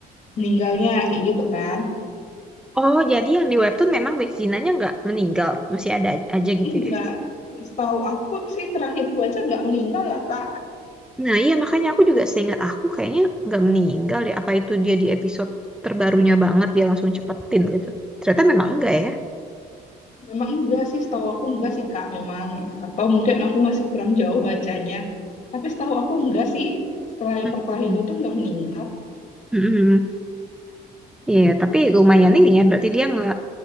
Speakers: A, on the left (about 45°); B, in the centre.
A: meninggalnya kayak gitu kan
B: Oh, jadi yang di webtoon memang Beginanya nggak meninggal, masih ada aja gitu
A: enggak
B: ya.
A: setahu aku sih terakhir baca nggak meninggal ya kak
B: Nah, iya makanya aku juga seingat aku kayaknya nggak meninggal deh. Apa itu dia di episode terbarunya banget dia langsung cepetin gitu. Ternyata memang enggak ya.
A: memang enggak sih setahu aku enggak sih kak memang atau mungkin aku masih kurang jauh bacanya tapi setahu aku enggak sih setelah yang
B: Mm-mm.
A: perkelahian itu nggak meninggal
B: Mm-mm. Iya, tapi lumayan ini ya. Berarti dia nge